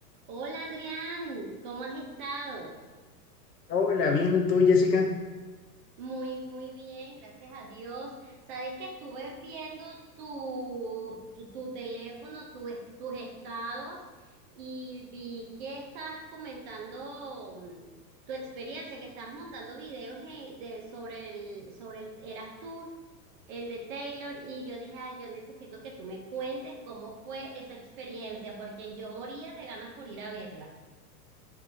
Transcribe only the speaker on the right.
Hola Adrián, ¿cómo has estado?
Muy, muy bien, gracias a Dios. Sabes que estuve viendo tu, tu, tu teléfono, tu es- tus estados y vi que estabas comentando mm, tu experiencia, que estabas montando videos eh, de, sobre el, sobre el Eras Tour, el de Taylor, y yo dije, "Ay, yo necesito que tú me cuentes cómo fue esa experiencia, porque yo moría de ganas por ir a verla.